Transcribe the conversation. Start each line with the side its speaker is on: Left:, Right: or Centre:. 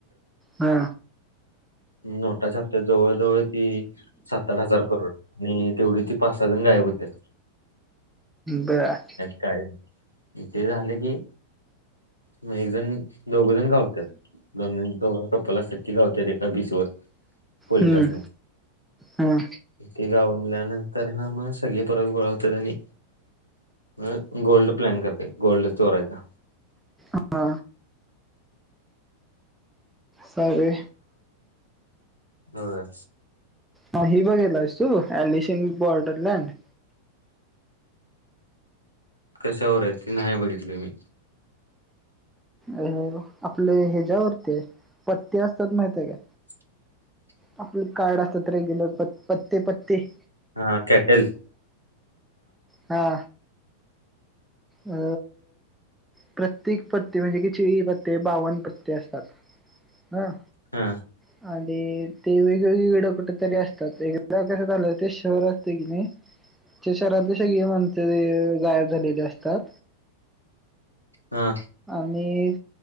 Centre: हा
Left: नोटाच्या छापतात्यात जवळ जवळ ती सात आठ हजार करोड आणि तेवढी ती पाच सहाजण गायब होत्या
Centre: बरं..
Left: काय ते झालं की मग एक जण दोघंजण घावत्यात दोन <unintelligible> कप्पललासाठी ती घावत्यात एका बीचवर पोलीसांनी
Centre: हम्म हा
Left: ते घावल्यानंतर ना मग सगळे परत गोळा होत्यात आणि मग गोल्ड प्लॅन करत्यात गोल्ड चोरायचा
Centre: हा सारे
Left: होय
Centre: ह ही बघितलास तू एलीशन बॉर्डरलार्ट
Left: कशावर आहे नाही बघितली मी
Centre: अ आपले ह्याच्या्यावरती पत्ते असतात माहितय काय?
Left: <inaudible>
Centre: आपलं कार्ड असत रेग्युलर पत्ते पत्ते.
Left: हा कॅटेल
Centre: हा अ प्रत्येक पत्ते म्हणजे चोवी ते बावन्न पत्ते असतात हं
Left: हा
Centre: - -हे वेगवेगळे कुठेतरी असतात आणि एकदा शहर असते का नाही
Left: -- <inaudible>
Centre: शहरातले सगळे म्हण गायब झालेले असतात
Left: हा
Centre: आणि